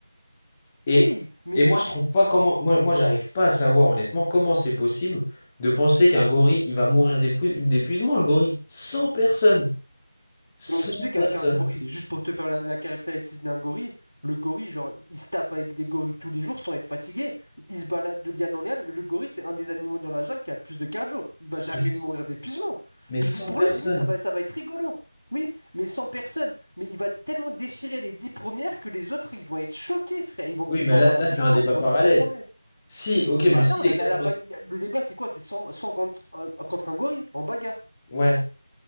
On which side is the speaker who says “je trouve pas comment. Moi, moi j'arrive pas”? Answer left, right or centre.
Centre